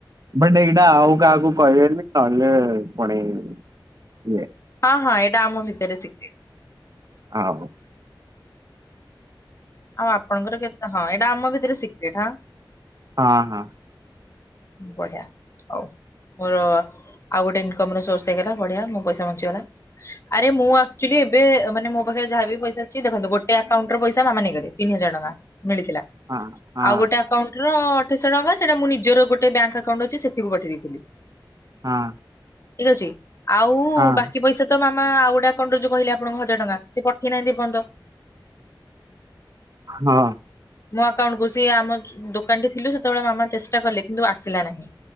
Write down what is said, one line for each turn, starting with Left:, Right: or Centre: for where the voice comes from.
Right: ବଟ ଏଇଟା ଆଉ କାହାକୁ କହିବେନି କହିଲେ ପୁଣି ଇଏ
Left: ହଁ ହଁ ଏଇଟା ଆମ ଭିତରେ ସିକ୍ରେଟ।
Right: ଆଉ
Left: ଆଉ ଆପଣଙ୍କର କେତେ ହଁ ଏଇଟା ଆମ ଭିତରେ ସିକ୍ରେଟ ହାଁ।
Right: ହଁ ହଁ।
Left: ବଢିଆ ହଉ। ମୋର ଆଉ ଗୋଟେ ଇନକମ ର ସୋର୍ସ ହେଇଗଲା ବଢିଆ ମୋ ପଇସା ବଞ୍ଚିଗଲା। ଆରେ ମୁଁ ଆକ୍ଚୁଆଲି ଏବେ ମାନେ ମୋ ପାଖରେ ଯାହା ବିି ପଇସା ଆଛି ଦେଖନ୍ତୁ ଗୋଟେ ଆକାଉଣ୍ଟ ର ପଇସା ମାମା ନେଇଗଲେ। ତିନି ହଜାର ଟଙ୍କା ମିଳିଥିଲା
Right: ହଁ ହଁ
Left: ଆଉ ଗୋଟେ ଆକାଉଣ୍ଟ ର ଅଠେଇଶହ ଟଙ୍କା ସେଇଟା ମୁଁ ନିଜର ଗୋଟେ ବ୍ୟାଙ୍କ ଆକାଉଣ୍ଟ ଅଛି ସେଥିକୁ ପଠେଇ ଦେଇଥିଲି।
Right: ହଁ।
Left: ଠିକ ଅଛି ଆଉ
Right: ହଁ
Left: ବାକି ପଇସା ତ ମାମା ଆଉ ଗଟେ ଆକାଉଣ୍ଟରୁ ଯୋଉ କହିଲି ଆପଣଙ୍କୁ ହଜାର ଟଙ୍କା ପଠେଇନାହାନ୍ତି ଏ ପଯ୍ୟନ୍ତ
Right: ହଁ।
Left: ମୋ ଆକାଉଣ୍ଟକୁୁ ସେ ଆମ ଦୋକାନ ଠି ଥିଲୁ ସେତେବେଳେ ମାମା ଚେଷ୍ଟା କଲେ କିନ୍ତୁ ଆସିଲା ନାହିଁ।